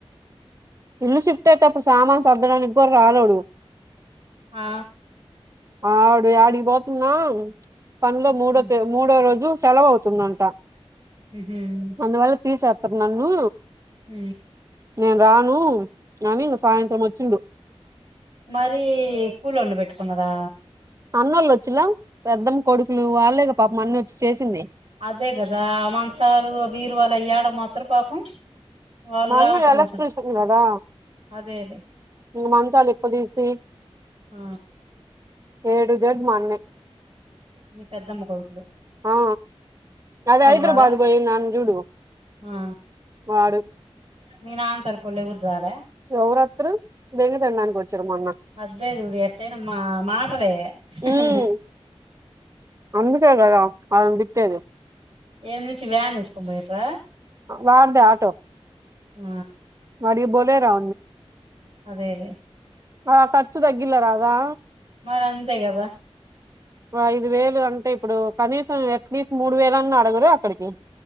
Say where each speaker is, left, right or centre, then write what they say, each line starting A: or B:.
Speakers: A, on the right; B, on the right.
A: ఇల్లు షిఫ్ట్ అయితే అప్పుడు సామాన్ సర్ద్దడానికి కోరు రాలేదు
B: ఆ
A: ఆడు ఆడికి పోతున్నా పనిలో మూడో
B: ఉహు
A: త మూడో రోజు సెలవువుతుందంట
B: ఉమ్
A: అందువల్ల తీసేస్తారు నన్ను
B: ఉ
A: నేను రాను అని ఇంగ సాయంత్రం వచ్చిండు
B: మరి కూలుళు పెట్టుకున్నారా
A: అన్న వాళ్ళు వచ్చేలా పెద్దం కొడుకులు వాళ్ళగా పాపం అన్ని వచ్చి చేసింది
B: అదే కదా మంచాలు బీరువలా అయ్యాడేలా మోత్ర్ పాపం వాళ్ళు
A: మా
B: కాబట్టి
A: అన్న ఎలక్టషన్
B: మోసం
A: కదా
B: అదేలే
A: ఇంగ మా మంచాలు ఇప్పదీసి
B: ఆ
A: ఏడు దడ్ మొన్నె
B: మీ పెద్దమ్మ కోదుకులు
A: ఆ అదే హైదరాబాద్
B: రారా
A: పోయి నాన్న చూడు
B: ఆ
A: వాడు
B: మీ నాన తరపొలే ఊరుజాల
A: ఎవరత్తరు దెంగ తినడానికి వచ్చారు మొన్న
B: అదేదిడి ఎట్టన మా మాటలే హ
A: ఉమ్ అందుకే కదా అలని తిట్టేది
B: ఏమి నుంచి వ్యాన్ వేసుకొని పోయిట్రా
A: వాడి ద ఆటో
B: ఆ
A: వాడికి బోలే రా
B: అదే అదే
A: ఆ ఖర్చు తగ్గిల రాగా
B: మరి అంతే కదా
A: ఐదు వేలు అంటే ఇప్పుడు కనీసం అట్లీస్ట్ మూడు వేల అన్న అడగరు అక్కడికి